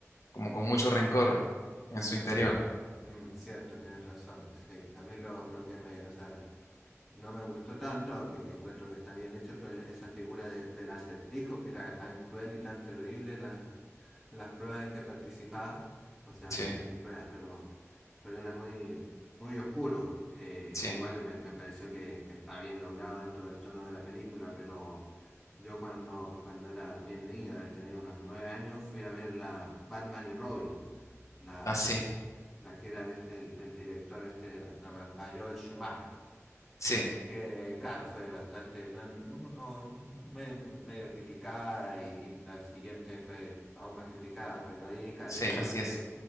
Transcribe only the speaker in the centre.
mm, cierto, tienes razón. Sí, a mí lo, lo que me... O sea, no me gustó tanto, aunque encuentro que está bien hecho, fue esa figura de- del acertijo, que era tan cruel y tan terrible la- las pruebas en que participaba. O sea,
no sé si hay pruebas, pero, pero era muy, muy oscuro. Eh,
igual me, me pareció que, que estaba bien logrado dentro del tono de la película, pero yo cuando, cuando era bien niño, de haber tenido unos nueve años, fui a ver la Batman y Robin, la,
la que era de este- del, del director este, no me- a Joel Schumacher
que claro, fue bastante no, no, medio, medio criticada y, y la siguiente fue aún más criticada, pero ahí, claro,
yo
me,